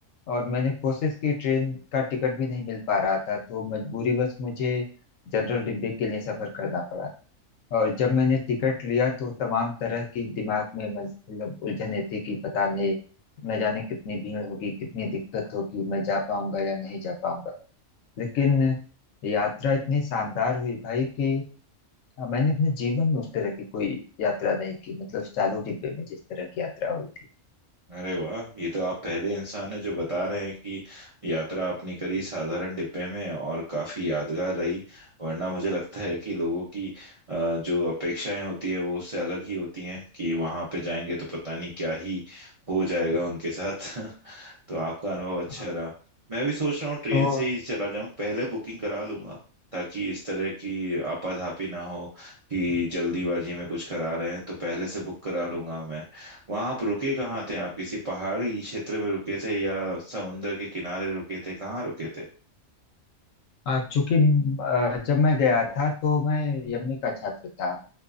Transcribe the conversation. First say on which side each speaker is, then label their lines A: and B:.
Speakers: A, on the left; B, on the right.
A: और मैंने कोशिश की ट्रेन का टिकट भी नहीं मिल पा रहा था तो मजबूरीवश मुझे जनरल डिब्बे के लिए सफर करना पड़ा और जब मैंने टिकट लिया तो तमाम तरह की दिमाग में मतलब उलझने थी कि पता नहीं न जाने कितनी भीड़ होगी कितनी दिक्कत होगी मैं जा पाऊंगा या नहीं जा पाऊंगा लेकिन यात्रा इतनी शानदार हुई भाई कि हाँ, मैंने अपने जीवन में उस तरह की कोई यात्रा नहीं की मतलब चालू डिब्बे में जिस तरह की यात्रा हुई थी
B: अरे वाह ये तो आप पहले इंसान हैं जो बता रहे हैं कि यात्रा आपने करी साधारण डिब्बे में और काफी यादगार रही वरना मुझे लगता है कि लोगों की अ, जो अपेक्षाएं होती है वो उससे अलग ही होती हैं कि वहां पे जाएंगे तो पता नहीं क्या ही हो जाएगा उनके साथ <laughs> तो आपका अनुभव अच्छा
A: हाँ,
B: रहा मैं भी सोच रहा हूँ ट्रेन
A: तो
B: से ही चला जाऊँ पहले बुकिंग करा लूंगा ताकि इस तरह की आपाधापी ना हो कि जल्दीबाजी में कुछ करा रहे हैं तो पहले से बुक करा लूंगा मैं वहां आप रुके कहाँ थे आप किसी पहाड़ी क्षेत्र में रुके थे या समुंदर के किनारे रुके थे कहाँ रुके थे
A: अ, चूंकि अ, जब मैं गया था तो मैं यमए का छात्र था